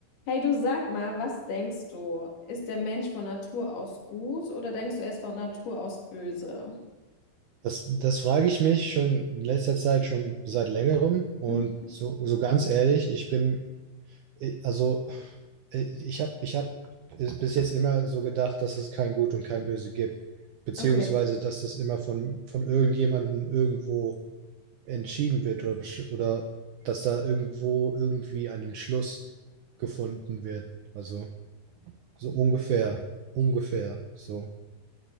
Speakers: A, on the left; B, on the right.
A: Hey, du sag mal, was denkst du? Ist der Mensch von Natur aus gut oder denkst du, er ist von Natur aus böse?
B: Das, das frage ich mich schon in letzter Zeit, schon seit längerem. Und
A: Mhm.
B: so, so ganz ehrlich, ich bin, eh, also eh, ich habe ich hab es bis jetzt immer so gedacht, dass es kein Gut und kein Böse gibt. Beziehungsweise,
A: Okay.
B: dass das immer von, von irgendjemandem irgendwo entschieden wird oder, besch- oder dass da irgendwo irgendwie ein Entschluss gefunden wird. Also so ungefähr, ungefähr so.